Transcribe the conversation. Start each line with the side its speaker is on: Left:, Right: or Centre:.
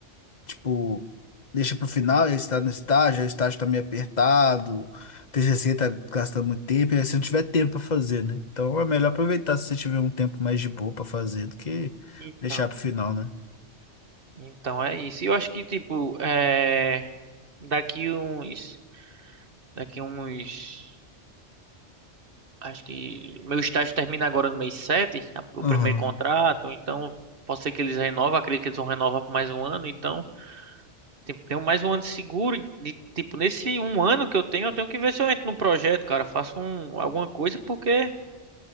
Left: tipo, deixa pro final, aí você tá no estágio, aí o estágio tá meio apertado, o TCC tá gastando muito tempo, e aí você não tiver tempo pra fazer, né? Então é melhor aproveitar se você tiver um tempo mais de boa pra fazer do que
Right: Então,
Left: deixar pro final, né?
Right: então é isso. E Eu acho que, tipo, é... daqui uns. Daqui uns. Acho que meu estágio termina agora no mês 7, a- o
Left: Aham,
Right: primeiro contrato, então pode ser que eles renovem, acredito que eles vão renovar por mais um ano, então tem- tenho mais um ano seguro, de, tipo, nesse um ano que eu tenho, eu tenho que ver se eu entro no projeto, cara, faço um, alguma coisa, porque